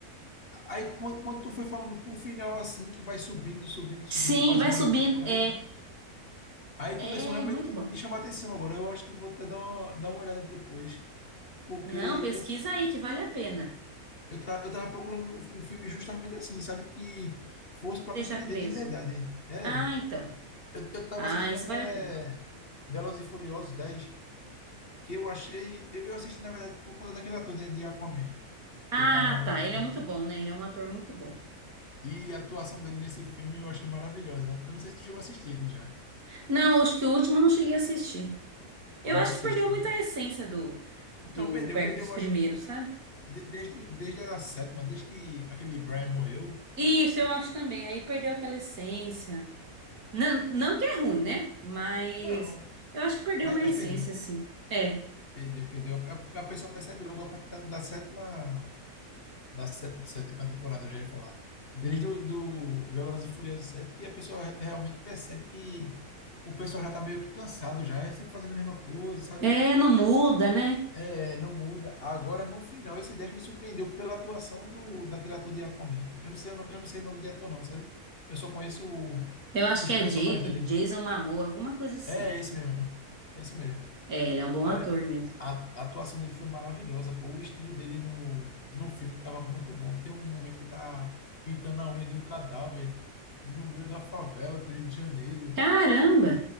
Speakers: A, on the left; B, on the right.
A: Aí quando, quando tu foi falando pro final assim, que vai subindo, subindo, subindo
B: Sim,
A: e quase
B: vai
A: morre
B: subindo.
A: com chocolate,
B: É,
A: né? aí
B: é
A: começou realmente
B: muito
A: a me,
B: bom.
A: me chamar a atenção agora. Eu acho que eu vou até dar uma, dar uma olhada depois, porque
B: Não, pesquisa
A: eu,
B: aí que vale a pena.
A: eu, ta- eu tava procurando um um filme justamente assim, sabe? Que fosse para
B: Deixa
A: me prender
B: preso.
A: de verdade. É,
B: Ah, então.
A: eu, eu tava
B: Ah,
A: assistindo
B: esse
A: até
B: vale a pena.
A: Velozes e Furiosos 10, que eu achei. Eu, eu assisti, na verdade, por conta daquele ator, né, de Aquaman,
B: Ah,
A: que ele tá lá
B: tá.
A: na frente.
B: Ele é muito bom, né? Ele é um ator muito bom.
A: E a atuação dele nesse filme eu achei maravilhosa. Eu não sei se tu chegou a assistir ele já.
B: Não, acho que o último eu não cheguei a assistir.
A: Olha,
B: Eu acho
A: assiste,
B: que perdeu
A: viu?
B: muito a essência do, do
A: Não, perdeu,
B: perto
A: perdeu,
B: dos
A: eu
B: primeiros,
A: acho,
B: sabe?
A: de- desde, desde a sétima, desde que aquele Brian morreu.
B: Isso, eu acho também. Aí perdeu aquela essência. Não, não que é ruim, né? Mas
A: Não,
B: eu acho que perdeu
A: mas,
B: uma
A: mas
B: essência,
A: perdeu,
B: assim. É.
A: perdeu, perdeu. A, a- a pessoa percebe logo a partir da, da sétima, da sé- sétima temporada, eu já ia falar. Desde o do Velozes e Furiosos sete que a pessoa re- realmente percebe que o pessoal já tá meio que cansado já, é sempre fazendo a mesma coisa, sabe?
B: É, não muda, né?
A: É, não muda. Agora, no final, esse 10 me surpreendeu pela atuação do, daquele ator de Aquaman. Eu não sei, eu não, eu não sei o nome de ator, não, sabe? Eu só conheço o-
B: Eu acho
A: os
B: que é
A: personagens
B: Ja-
A: dele.
B: Jason Momoa, alguma coisa assim.
A: É, é esse mesmo. É esse mesmo.
B: É, ele é um bom
A: Olha,
B: ator mesmo.
A: a, a atuação dele foi maravilhosa, pô. O estilo dele no, no filme estava muito bom. Tem um momento que tá pintando a unha de um cadáver no meio da favela do Rio de Janeiro.
B: Caramba!